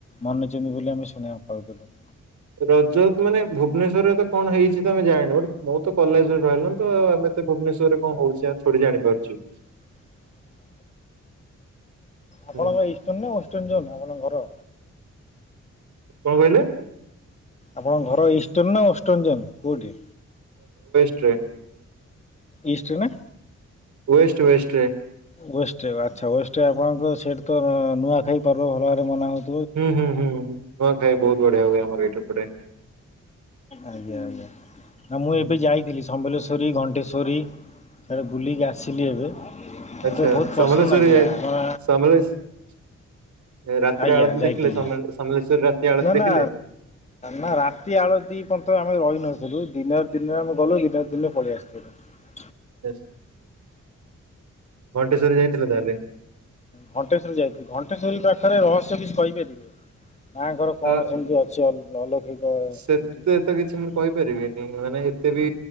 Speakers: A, on the left; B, on the right.
A: ମନେଇଛନ୍ତି ବୋଲି ଆମେ ଶୁଣିବାକୁ ପାଉଛୁ।
B: ରଜ ତ ମାନେ ଭୁବନେଶ୍ୱରରେ ତ କଣ ହେଇଛି ତମେ ଜାଣିନ ମୁଁ ତ କଲେଜରେ ରହିଲ ତ ଆମେ ତ ଭୁବନେଶ୍ଵରରେ କଣ ହଉଛି ଆମେ ଥୋଡି଼ ଜାଣିପାରୁଛୁ?
A: ଆପଣଙ୍କର
B: ହୁଁ
A: ଇଷ୍ଟର୍ଣ୍ଣ ନା ୱେଷ୍ଟର୍ଣ୍ଣ ଜୋନ୍ ଆପଣଙ୍କ ଘର?
B: କଣ କହିଲେ?
A: ଆପଣଙ୍କ ଘର ଇଷ୍ଟର୍ଣ୍ଣ ନା ୱେଷ୍ଟର୍ଣ୍ଣ ଜୋନ୍ ରେ କୋଉଠି?
B: ୱେଷ୍ଟରେ।
A: ଇଷ୍ଟ ରେ ନା?
B: ୱେଷ୍ଟ ୱେଷ୍ଟ ରେ।
A: ୱେଷ୍ଟ ଆଚ୍ଛା ୱେଷ୍ଟ ଆପଣଙ୍କର ସେଇଠି ତ ନୂଆଖାଇ ପର୍ବ ଭଲ ଭାବରେ ରେ ମନା ହଉଛି?
B: ହୁଁ ହୁଁ ହୁଁ ନୂଆଖାଇ ବହୁତ ବଢିଆ ହୁଏ ଆମର ଏଇଠି ଏପଟେ।
A: ଆଜ୍ଞା ଆଜ୍ଞା ନା ମୁଁ
B: ହୁଁ
A: ଏବେ ଯାଇଥିଲି ସମ୍ବଲେଶ୍ଵରୀ, ଘଣ୍ଟେଶ୍ଵରୀ ସିଆଡେ଼ ବୁଲିକି ଆସିଲି ଏବେ ମୋତେ
B: ଆଚ୍ଛା
A: ବହୁତ
B: ସମଲେଶ୍ଵରୀ
A: ପସନ୍ଦ ଲାଗିଲା
B: ଯାଇ
A: ଆମର
B: ସମ୍ବଲଶ୍ଵ ରାତିରେ
A: ଆଜ୍ଞା
B: ଆଳତି
A: ଯାଇଥିଲି
B: ଦେଖିଲେ ସମଲେଶ୍ଵରୀ ରେ ରାତି ଆଳତି
A: ନା
B: ଦେଖିଲେ?
A: ନା ନା ରାତି ଆଳତୀ ପର୍ଯ୍ୟନ୍ତ ଆମେ ରହିନଥିଲୁ ଦିନ ଦିନରେ ଆମେ ଗଲୁ ଦିନରେ ଦିନରେ ପଳେଇ ଆସଥିଲୁ। ସେ
B: <inaudible> ଘଣ୍ଟେଶ୍ଵରୀ ଯାଇଥିଲ ତାହେଲେ?
A: ଘଣ୍ଟେଶ୍ୱରୀ ଯାଇଛି ଘଣ୍ଟେଶ୍ୱରୀ ପାଖରେ ରହସ୍ୟ ବି କହିପାରିବେ? ମାଆଙ୍କର କଣ
B: ଅ
A: ସେମିତି ଅଛି ଅଲୌକିକ ସେମିତି
B: ସେତେ ତ କିଛି ମୁଁ କହିପାରିବିନି ମାନେ ଏତେ ବି